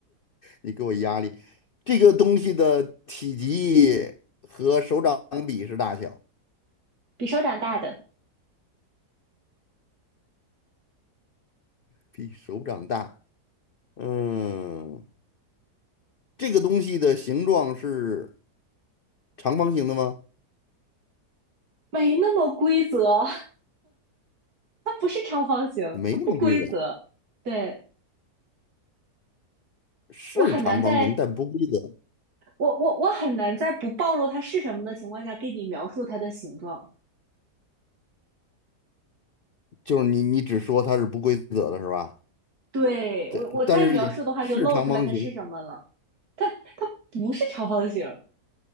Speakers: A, on the left; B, on the right.
A: 你给我压力。这个东西的体积和手掌比是大小，
B: 比手掌大的
A: 比手掌大。嗯，这个东西的形状是长方形的吗？
B: 没那么规则，它不是长方形，
A: 没那么规则，
B: 它不规则。对，
A: 是长方形，
B: 我很难在
A: 但不规则。
B: 我我我很难在不暴露它是什么的情况下给你描述它的形状。
A: 就是你你只说它是不规则的是吧？
B: 对，
A: 这但是也是是长方形，
B: 我我再描述的话就露出来它是什么了，它不是长方形。